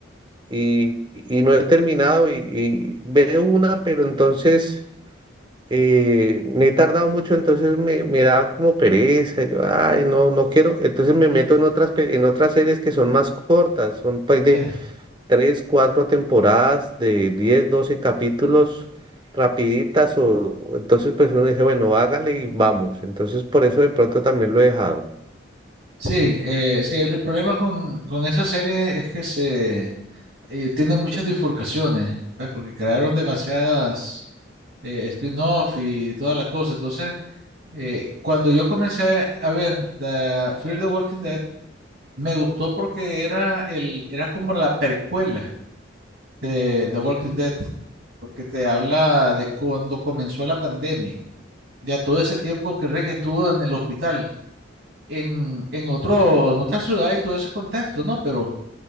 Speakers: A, on the right (about 25°); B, on the right (about 55°).
A: y, y no he terminado y, y veo una, pero entonces. eh, me he tardado mucho, entonces me, me da como pereza, yo, ay, no, no quiero, entonces me meto en otras, pe- en otras series que son más cortas, son pues
B: Sí.
A: de 3 4 temporadas, de 10 12 capítulos, rapiditas, o o entonces pues uno dice, bueno, hágale y vamos, entonces por eso de pronto también lo he dejado.
B: Sí, eh, sí, el, el problema con, con esa serie es que se eh, tiene muchas bifurcaciones, pues, porque crearon demasiadas eh, spin-off y todas las cosas. Entonces, Eh, cuando yo comencé a ver The Fear the Walking Dead, me gustó porque era, el, era como la precuela de The Walking Dead, porque te habla de cuando comenzó la pandemia, ya todo ese tiempo que Rick estuvo en el hospital, en, en otro, en otra ciudad y todo ese contexto, ¿no? Pero